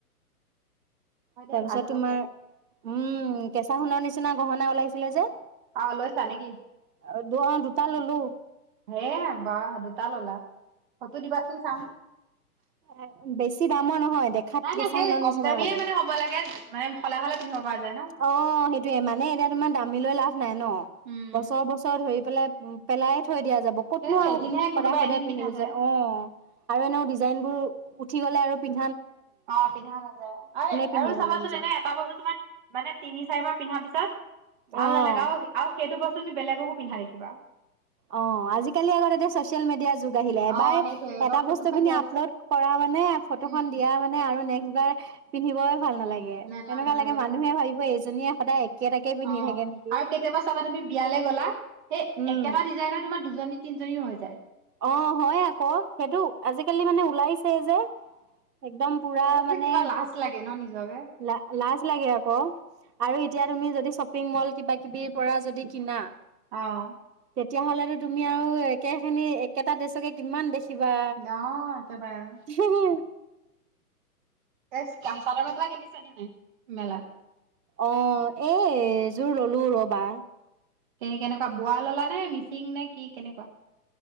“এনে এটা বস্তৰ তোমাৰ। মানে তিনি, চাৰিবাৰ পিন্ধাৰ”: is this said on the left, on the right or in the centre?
Right